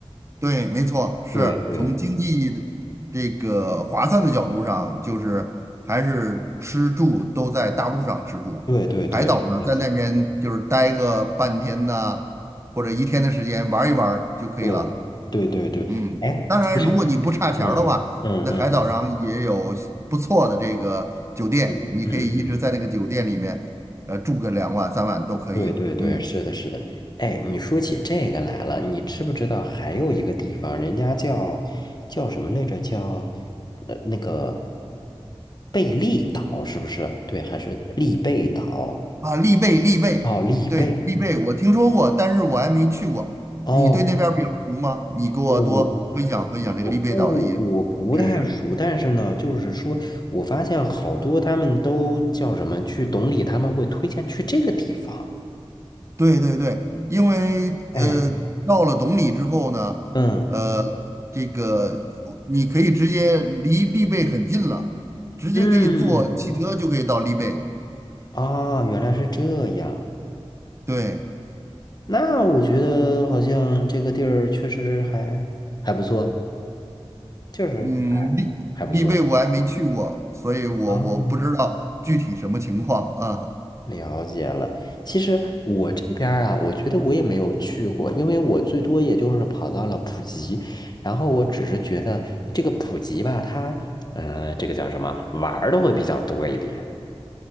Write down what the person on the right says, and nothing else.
对，没错，是从经济的这个划算的角度上，
就是还是吃住都在大陆上吃住，
海岛呢在那边就是待个半天呐、
或者一天的时间玩一玩儿就可以了。
嗯，
当然，
如果你不差钱儿的话，
那海岛上也有不错的这个酒店，
你可以一直在那个酒店里面，呃，住个两晚三晚都可以。
嗯，
啊，丽贝，丽贝，
对，丽贝，我听说过，但是我还没去过。
你对那边儿比较熟吗？你给我多分享分享这个丽贝岛的一些
知识。
对对对，因为呃，
到了懂里之后呢，
呃，这个你可以直接离丽贝很近了，直接可以坐汽车就可以到丽贝。
对，
嗯，丽丽贝我还没去过，
所以我我不知道具体什么情况啊。